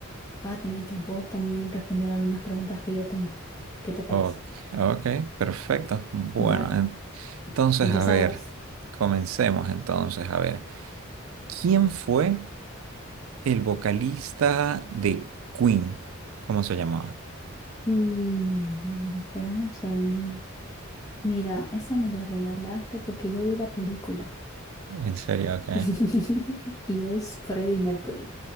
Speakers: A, on the left; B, on the right.
A: vas a tener que vos también responder algunas preguntas que yo tenga. ¿Qué te parece?
B: Ok, ok, perfecto. Bueno,
A: Dale,
B: en- entonces
A: empezamos.
B: a ver, comencemos entonces a ver. ¿Quién fue el vocalista de Queen? ¿Cómo se llamaba?
A: Mm, esperamos un segundo. Mira, esa me la regalaste porque yo vi la película.
B: En serio, ok.
A: <laughs> Y es Freddie Mercury.